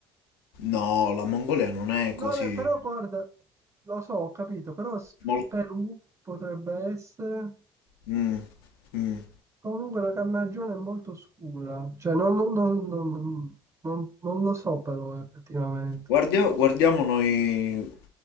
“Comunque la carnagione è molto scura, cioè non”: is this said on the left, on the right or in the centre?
Right